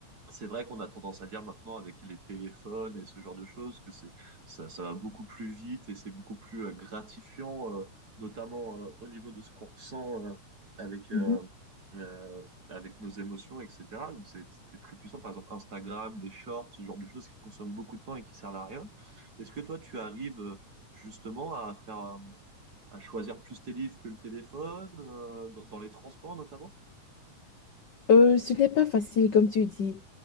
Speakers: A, on the right; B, on the left.
A: c'est vrai qu'on a tendance à dire maintenant avec les téléphones et ce genre de choses que c'est ça, ça va beaucoup plus vite et c'est beaucoup plus euh, gratifiant, euh, notamment euh, au niveau de ce qu'on ressent euh, avec euh,
B: Mhm.
A: euh, avec nos émotions, etc. Donc c'est c'est très puissant. Par exemple Instagram, les shorts, ce genre de choses qui consomment beaucoup de temps et qui servent à rien. Est-ce que toi tu arrives euh, justement à faire euh, à choisir plus tes livres que le téléphone, euh, dans, dans les transports notamment.
B: Euh, ce n'est pas facile, comme tu dis.